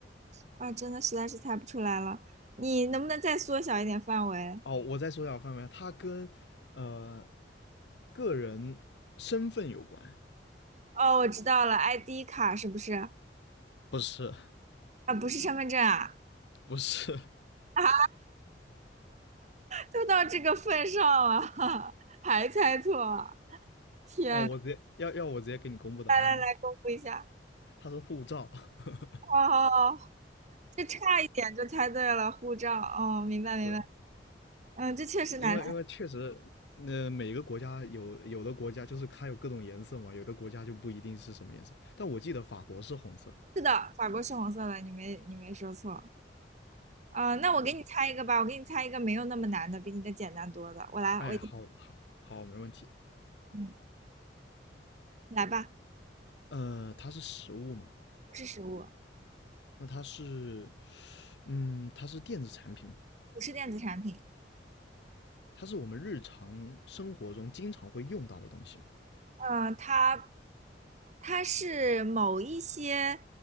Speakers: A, on the right (about 40°); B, on the left (about 70°).
A: 啊，真的实在是猜不出来了。你能不能再缩小一点范围？
B: 哦，我再缩下范围啊，它跟呃个人身份有关，
A: 哦，我知道了，ID 卡是不是？
B: 不是，
A: 啊，不是身份证啊！
B: 不是。
A: 啊，都到这个份上了，<laughs> 还猜错！天，
B: 哦，我直接要要我直接给你公布答案吗？
A: 来来来，公布一下。
B: 它是护照。<laughs>
A: 哦，这差一点就猜对了，护照。哦，明白明白。
B: 对，
A: 嗯，这确实难猜。
B: 因为因为确实，呃，每个国家有有的国家就是它有各种颜色嘛，有的国家就不一定是什么颜色。但我记得法国是红色的。
A: 是的，法国是红色的，你没你没说错。啊、那我给你猜一个吧，
B: 对，
A: 我给你猜一个没有那么难的，比你的简单多的。我来，
B: 哎，
A: 我。
B: 好好好，没问题。
A: 嗯，来吧，
B: 呃，它是食物嘛，
A: 不是食物，
B: 那它是，嗯，它是电子产品嘛，
A: 不是电子产品，
B: 它是我们日常生活中经常会用到的东西嘛。
A: 呃，它它是某一些